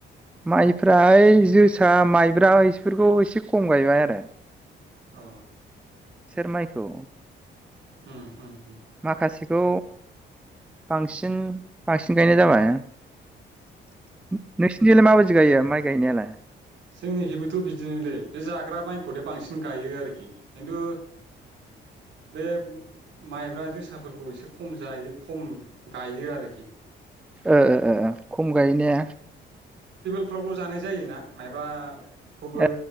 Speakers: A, in the centre; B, on the right.
A: माइफ्राहाय जोसा माइब्रा इफोरखौ एसे खम गायबाय आरो।
B: औ
A: सेेरमाइखौ
B: उम उम
A: माखासेखौ बांसिन बांसिन गायनाय जाबाय नोंसि थिंलाय माबायदि गायो माइ गायनायालाय?
B: जोंनिखेबोथ' बिदिनोलै बे जाग्रा माइखौथ बांसिन गायो आरोखि खिन्थु बे माइब्रा जोसाफोरखौ एसे खम जायो खम गायो आरोखि।
A: ओ ओ ओ ओ खम गायोने।
B: फ्रावल' जानाय जायो ना। माइब्राखौबो
A: ओ